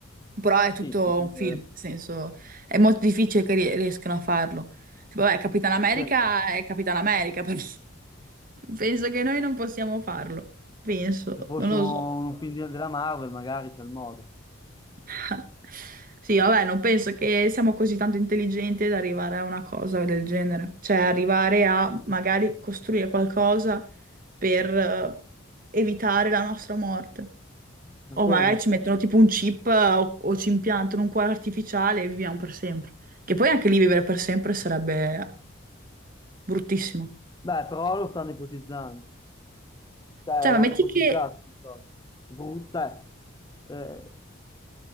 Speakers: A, on the right; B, on the left.
A: Però è tutto
B: Sì, in quel-
A: un film, nel senso, è molto difficile che rie- riescano a farlo. Tipo, vabbè, Capitan America
B: certo,
A: è Capitan America, <laughs> però penso che noi non possiamo farlo. Penso,
B: se fossimo
A: non lo so.
B: un film di- della Marvel magari c'è il modo.
A: <laughs> Sì, vabbè, non penso che siamo così tanto intelligenti da arrivare a una cosa del genere. Cioè, arrivare a magari costruire qualcosa per eh, evitare la nostra morte.
B: Ma come?
A: O magari ci mettono tipo un chip eh, o, o ci impiantano un cuore artificiale e viviamo per sempre. Che poi anche lì vivere per sempre sarebbe bruttissimo.
B: Beh, però lo stanno ipotizzando, cioè
A: Cioè, ma
B: l'hanno
A: metti
B: ipotizzato.
A: che...
B: questa cosa. Bru- Cioè, eh,